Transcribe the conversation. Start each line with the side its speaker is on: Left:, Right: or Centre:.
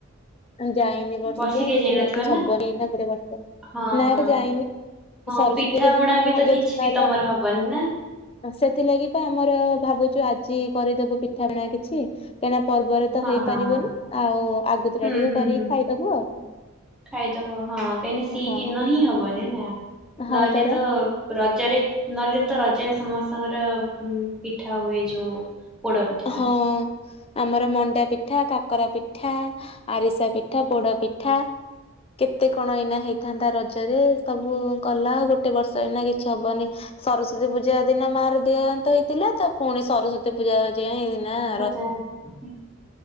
Left: ଯାଇନି ବର୍ସିକିଆ
Centre: ବର୍ଷିକିଆ
Left: ସେଥିଲାଗି
Centre: ଯାଇନଥିବ
Left: ହବନି
Centre: ନା
Left: ଗୋଟେ ବର୍ଷ
Centre: ହଁ
Left: ନାଏଟା
Centre: ହଁ
Left: ଯାଇନି।
Centre: ହଁ
Left: ସରସ୍ଵତୀ
Centre: ପିଠା
Left: ଯଉଦିିନ
Centre: ପଣା ବି
Left: ମୋ
Centre: ତ
Left: ଜେଜେମାର
Centre: କିଛି ବି ତମର ହବନି ନା
Left: ସେଥିଲାଗିପା ଆମର ଭାବୁଚୁ ଆଜି କରିଦବୁ ପିଠା ପଣା କିଛି କାହିଁକିନା ପର୍ବରେ ତ
Centre: ହଁ
Left: ହେଇପାରିବନି
Centre: ହଁ ହଁ
Left: ଆଉ ଆଗତୁରା
Centre: ହୁଁ
Left: ଟିକେ
Centre: ହୁଁ
Left: କରିକି
Centre: ହୁଁ
Left: ଖାଇଦବୁ ଆଉ।
Centre: ଖାଇଦବ ହଁ କାହିଁକିନା ସେଇ
Left: ହଁ
Centre: ଦିନହିଁ ହବନିନା
Left: ହଁ
Centre: ନହେଲେ
Left: ପରା
Centre: ତ ରଜରେ ନହେଲେତ ରଜରେ ସମସ୍ତଙ୍କର ପିଠା ହୁଏ ଯୋଉ ପୋଡ ପିଠା।
Left: ହଁ। ଆମର ମଣ୍ଡା ପିଠା କାକରା ପିଠା ଆରିସା ପିଠା ପୋଡ଼ ପିଠା କେତେ କଣ ଏଇନା ହେଇଥାନ୍ତା ରଜରେ ସବୁ ଗଲା ଆଉ ଗୋଟେ ବର୍ଷ ଏଇନା କିଛି ହବନି ସରସ୍ଵତୀ ପୂଜା ଦିନ ମାର ଦେହାନ୍ତ ହେଇଥିଲା ତପୁଣି ସରସ୍ଵତୀ ପୂଜା <unintelligible> ନାଁ
Centre: <unintelligible>